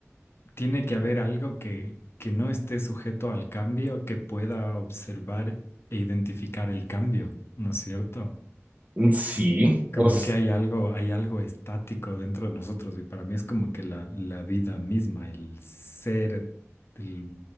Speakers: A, on the left; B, on the right.
A: tiene que haber algo que, que no esté sujeto al cambio, que pueda observar e identificar el cambio, ¿no es cierto?
B: Sí,
A: Como
B: o s-
A: que hay algo, hay algo estático dentro de nosotros y para mí es como que la, la vida misma, el ser, el,